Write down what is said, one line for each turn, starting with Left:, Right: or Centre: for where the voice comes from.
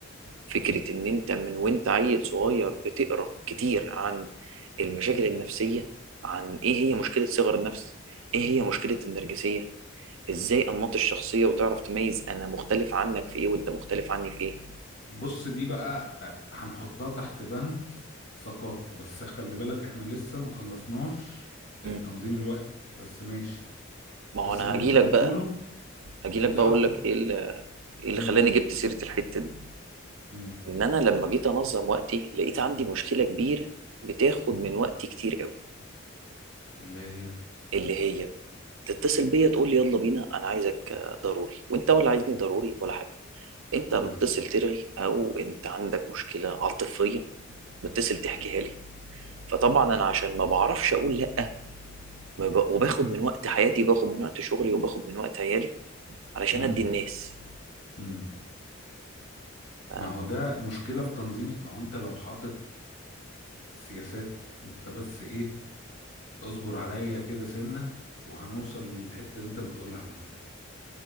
Right: فكرة إن أنت من وأنت عيل صغير بتقرأ كتير عن المشاكل النفسية عن إيه هي مشكلة صغر النفس إيه هي مشكلة النرجسية إزاي أنماط الشخصية وتعرف تميز أنا مختلف عنك في إيه وأنت مختلف عني في إيه
Left: بص دي بقى هنحطها تحت بند ثقافة بس خلي بالك احنا لسه ما خلصناش
Right: مم.
Left: تنظيم الوقت بس ماشي
Right: ما
Left: بس
Right: هو أنا
Left: اللي
Right: هجيلك
Left: انت بتقوله
Right: بقى هجيلك
Left: يتحط
Right: بقى أقول لك إيه اللي, إيه اللي
Left: امم
Right: خلاني جبت سيرة الحتة دي
Left: امم
Right: إن أنا لما جيت أنظم وقتي لقيت عندي مشكلة كبيرة بتاخد من وقتي كتير قوي
Left: اللي هي
Right: اللي هي بقى تتصل بيا تقول لي يلا بينا انا عايزك آه، ضروري وانت ولا عايزني ضروري ولا حاجه انت
Left: كويس
Right: متصل ترغي او انت عندك مشكله عاطفيه متصل تحكيها لي فطبعا انا عشان ما بعرفش اقول لا ما ب... وباخد من وقت حياتي وباخد من وقت شغلي وباخد من وقت عيالي علشان
Left: امم
Right: ادي الناس
Left: امم
Right: ف...
Left: ما هو ده مشكلة في تنظيم ما هو انت لو حاطط سياسات انت بس ايه اصبر عليا كده سنة وهنوصل للحتة اللي انت بتقولها على فكرة